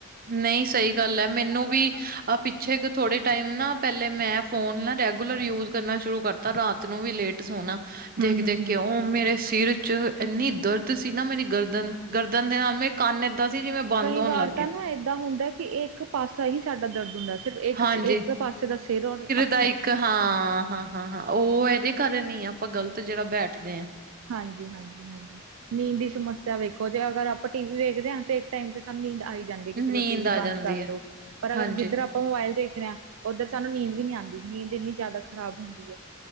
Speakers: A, on the right; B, on the right.
A: ਨਈ ਸਈ ਗੱਲ ਏ ਮੈਨੂੰ ਵੀ
B: ਜ਼ਿਆਦਾ
A: ਪਿੱਛੇ ਥੋੜੇ ਟਾਈਮ ਨਾ ਪਹਲੇ ਮੈਂ ਫੋਨ ਨਾ ਰੈਗੂਲਰ ਯੂਜ ਕਰਨਾ ਸ਼ੁਰੂ ਕਰਤਾ ਰਾਤ ਨੂੰ ਵੀ ਲੇਟ ਸੋਨਾ
B: ਹੂੰ-ਹੂੰ-ਹੂੰ।
A: ਦੇਖ-ਦੇਖ ਕੇ ਓ ਮੇਰੇ ਸਿਰ ਚ ਏੰਨੀ ਦਰਦ ਸੀ ਨਾ ਮੇਰੀ ਗਰਦਨ-ਗਰਦਨ ਦੇ ਨਾਲ ਮੇਰੇ ਕੰਨ ਏਦਾਂ ਸੀ ਜਿਵੇਂ ਬੰਦ
B: ਕਈ
A: ਹੋਣ
B: ਵਾਰ
A: ਲੱਗ
B: ਤਾਂ
A: ਗਏ
B: ਨਾ ਏਦਾਂ ਹੁੰਦਾ ਕਿ ਇੱਕ ਪਾਸਾ ਈ ਸਾਡਾ ਦਰਦ ਹੁੰਦਾ ਸਿਰਫ ਇੱਕ
A: ਹਾਂਜੀ
B: ਇੱਕ ਪਾਸੇ ਦਾ ਸਿਰ ਔਰ ਅੱਖ
A: ਦਾ ਇੱਕ ਹਾਂ, ਹਾਂ, ਹਾਂ, ਹਾਂ ਉ ਇਹਦੇ ਕਾਰਨ ਈ ਆ ਆਪਾਂ ਗ਼ਲਤ ਜਿਹੜਾ ਬੈਠਦੇ ਆ।
B: ਹਾਂਜੀ-ਹਾਂਜੀ-ਹਾਂਜੀ ਨੀਂਦ ਦੀ ਸਮੱਸਿਆ ਵੇਖੋ ਜੇ ਅਗਰ ਆਪਾਂ ਟੀ ਵੀ ਵੇਖਦੇ ਆ ਤੇ ਟਾਈਮ ਚ ਸਾਨੂੰ ਨੀਂਦ ਆਈ ਜਾਂਦੀ ਏ ਕਿ ਚਲੋ
A: ਨੀਂਦ
B: ਟੀ ਵੀ
A: ਆ
B: ਬੰਦ
A: ਜਾਂਦੀ
B: ਕਰ
A: ਹੈ
B: ਦੋ ਪਰ ਅਗਰ
A: ਹਾਂਜੀ
B: ਜਿੱਧਰ ਆਪ ਓ ਮੋਬਾਇਲ ਦੇਖਰੇ ਆ ਉੱਧਰ ਸਾਨੂੰ ਨੀਂਦ ਵੀ ਨੀ ਆਂਦੀ, ਨੀਂਦ ਇੰਨੀ ਜ਼ਾੱਦਾ ਖਰਾਬ ਹੁੰਦੀ ਏ।